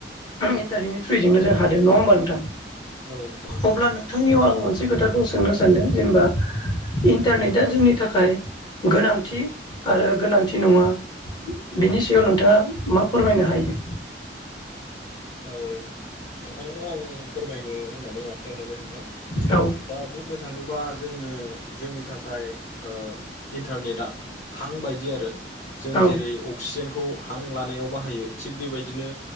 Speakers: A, on the left; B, on the left.
A: इन्टारनेटनि थ्रुयजोंनो जों हादों नङा होमबा नोंथां
B: औ नोंथां
A: अब्ला नोंथांनियाव आं मोनसे खोथाखौ सोंनो सानदों जेनेबा इन्टारनेटआ जोंनि थाखाय गोनांथि आरो गोनां नङा बिनि सायाव नोंथाङा मा फोरमायनो हायो
B: औ नोंथांनो आं फोरमायनो होननानै आखायाव लाबाय नोंथां
A: औ
B: दा बुंनो थाङोबा जोंनो जोंनि थाखाय ओ इन्टारनेटआ हां बायदि आरो जों
A: औ
B: जेरै अक्सीजेन खौ हां लानायाव बाहायो। थिग बेबादिनो